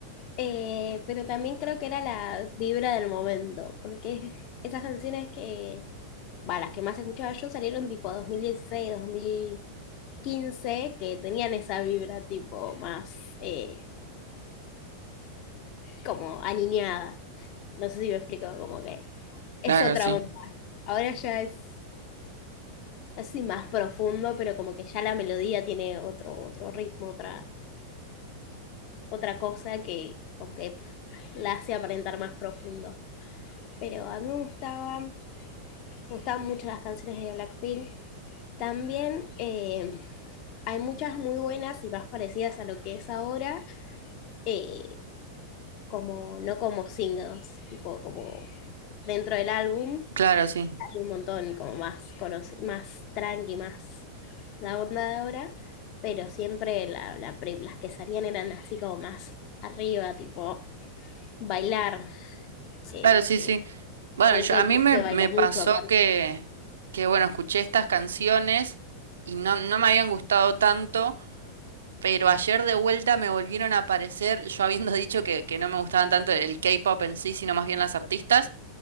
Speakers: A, on the left; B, on the right.
A: eh, pero también creo que era la vibra del momento, porque <laughs> esas canciones que, va, las que más escuchaba yo salieron tipo 2016, 2015, que tenían esa vibra tipo más eh, como aniñada. No sé si me explico, como que
B: Claro,
A: es otra
B: sí.
A: onda. Ahora ya es, así más profundo, pero como que ya la melodía tiene otro, otro ritmo, otra, otra cosa que como que la hace aparentar más profundo. pero a mí me gustaban, me gustaban mucho las canciones de Blackpink. También eh, hay muchas muy buenas y más parecidas a lo que es ahora, eh, como, no como singles, tipo como dentro del álbum,
B: Claro, sí.
A: hay un montón como más, conoce- más tranqui, más la onda de ahora, pero siempre la, la pri- las que salían eran así como más arriba, tipo bailar, eh,
B: Claro, sí,
A: que
B: sí. Bueno,
A: en
B: yo,
A: el K-pop
B: a mí me,
A: se
B: me
A: baila
B: pasó
A: mucho aparte.
B: que, que, bueno, escuché estas canciones y no, no me habían gustado tanto. Pero ayer de vuelta me volvieron a aparecer, yo habiendo <laughs> dicho que, que no me gustaban tanto el K-pop en sí, sino más bien las artistas,